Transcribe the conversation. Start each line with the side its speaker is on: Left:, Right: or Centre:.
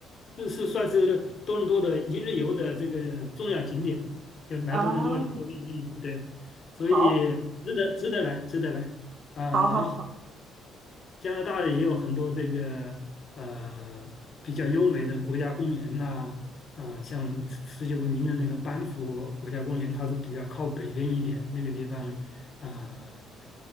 Left: 这是算是多伦多的一日游的这个重要景点，就来多伦多你周边一日游，
Right: 啊，
Left: 对，所以值得值得来，
Right: 好，
Left: 值得来啊、
Right: 好，
Left: 然后
Right: 好，好，
Left: 加拿大的也有很多这个呃比较优美的国家公园呐、啊，像世界闻名的那个班夫国家公园，它是比较靠北边一点，那个地方啊、